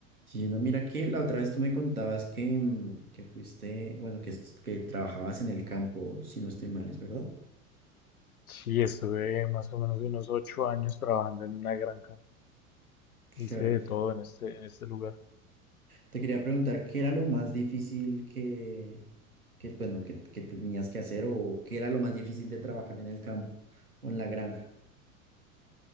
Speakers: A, on the right; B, on the left.
A: Sí, no, mira que la otra vez tú me contabas que, mm, que fuiste, bueno, que, est- que trabajabas en el campo, si no estoy mal, ¿es verdad?
B: Sí, estuve más o menos unos ocho años trabajando en una granja.
A: Claro.
B: Hice de todo en este, en este lugar.
A: Te quería preguntar qué era lo más difícil que, que bueno, que, que tenías que hacer o qué era lo más difícil de trabajar en el campo o en la granja.